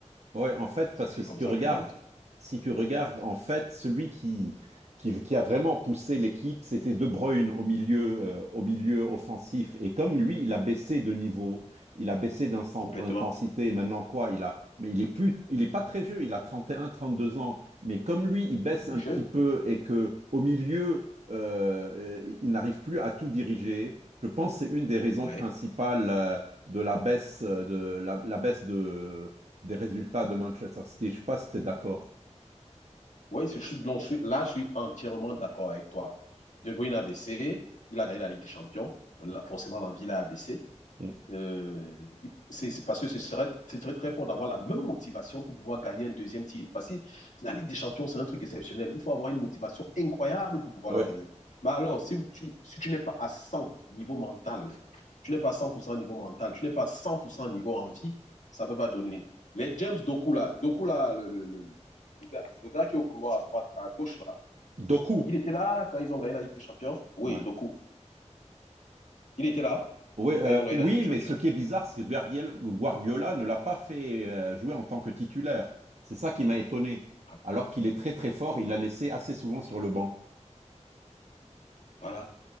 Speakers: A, on the right; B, on the left.
A: Ouais, en fait,
B: C'est
A: parce que si
B: comme
A: tu
B: ça
A: regardes,
B: que je vois le truc.
A: si tu regardes, en fait, celui qui, qui, qui a vraiment poussé l'équipe, c'était De Bruyne au milieu, euh, au milieu offensif. Et comme lui, il a baissé de niveau, il a baissé d'insen-
B: Complètement.
A: d'intensité. Maintenant, quoi, il a, mais il
B: Ouais.
A: est plus, il est pas très vieux, il a trente et un, trente deux ans. Mais comme lui, il baisse
B: Il
A: un
B: est jeune.
A: petit peu et que au milieu, euh, euh, il n'arrive plus à tout diriger, je pense que c'est une des raisons
B: Ouais.
A: principales, euh, de la baisse, euh, de la la baisse de des résultats de Manchester City. Je ne sais pas si tu es d'accord.
B: Ouais, je suis, donc là, je suis entièrement d'accord avec toi. De Bruyne a baissé. Il a gagné la Ligue des Champions. Là, forcément, l'envie l'a abaissé.
A: Mm.
B: Euh, c'est c'est parce que ce serait, ce serait très fort d'avoir la même motivation pour pouvoir gagner un deuxième titre. Parce que la Ligue des Champions, c'est un truc exceptionnel. Il faut avoir une motivation incroyable pour pouvoir
A: Ouais.
B: la gagner. Mais alors, si tu, si tu n'es pas à 100 niveau mental, tu n'es pas à 100% au niveau mental, tu n'es pas à 100% au niveau envie, ça ne peut pas donner. Les James Doku, là, Doku, là, le, le- le- le gars, le gars qui est au couloir à droite, à gauche, là,
A: Doku.
B: il était là quand ils ont gagné la Ligue des Champions. Oui,
A: Ouais.
B: Doku. Il était là
A: Oui, euh,
B: quand ils ont gagné
A: oui,
B: la Ligue des Champions.
A: mais ce qui est bizarre, c'est que Guardiola ne l'a pas fait euh, jouer en tant que titulaire. C'est ça qui m'a étonné.
B: Ah,
A: Alors qu'il est très très fort,
B: bon,
A: il
B: Voilà.
A: l'a laissé assez souvent sur le banc.
B: Voilà.